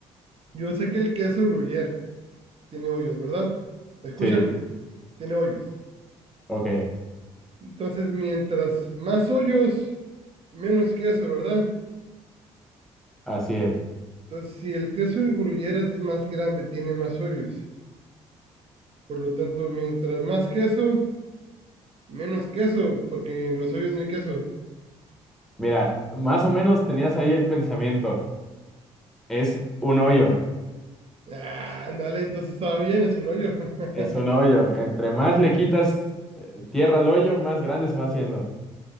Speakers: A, on the right (about 45°); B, in the centre.
A: yo sé que el queso gruyere. tiene hoyos, ¿verdad? Escúchame,
B: Sí,
A: tiene hoyos.
B: ok,
A: Entonces, mientras más hoyos, menos queso, ¿verdad?
B: así es.
A: Entonces, si el queso de gruyere es más grande, tiene más hoyos. Por lo tanto, mientras más queso, menos queso, porque en los hoyos no hay queso.
B: Mira, más o menos tenías ahí el pensamiento. Es un hoyo,
A: Ah, ándale, entonces estaba bien, es un hoyo. <laughs>
B: es un hoyo. Entre más le quitas eh, tierra al hoyo, más grande se va haciendo.